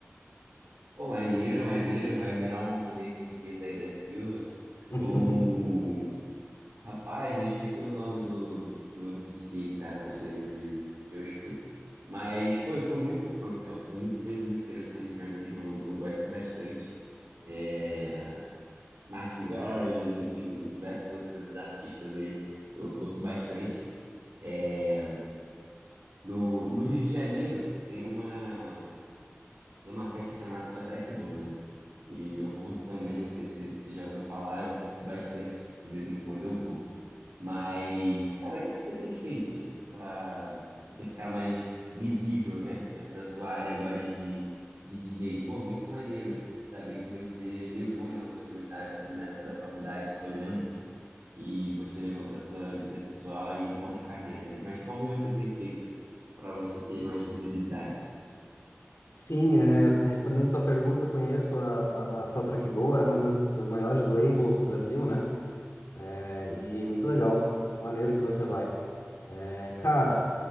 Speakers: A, on the right; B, on the left.
A: Pô, maneiro, maneiro. Vai virar um David Guetta aí da Silva.
B: <laughs>
A: Ou Um. Rapaz, eu esqueci o nome do, do outro DJ, cara, maneiro que, que eu escuto. Mas, pô, eu sou muito fã, cara. Eu sou muito fã de música eletrônica mesmo. Eu, eu gosto bastante. É, Martin Garrix, enfim, diversos outros artistas aí. Eu curto bastante. É, no, no Rio de Janeiro, tem uma. Tem uma festa chamada Só Track Boa, né? E eu curto também, não sei se você já ouviu falar, eu curto bastante, de vez em quando eu vou. Mas, cara, o que que você tem feito para você ficar mais visível, né? Nessa sua área agora de, de DJ? Pô, muito maneiro saber que você levou, né, o que você gostava de fazer na época da faculdade, que eu lembro, e você levou para sua vida pessoal e como carreira, né? Mas como você tem feito para você ter mais visibilidade?
B: Sim, é, respondendo tua pergunta, eu conheço a, a, a Soundtrack Boa, é uma das, das maiores labels do Brasil, né? É, e muito legal, maneiro que você vai. É, cara.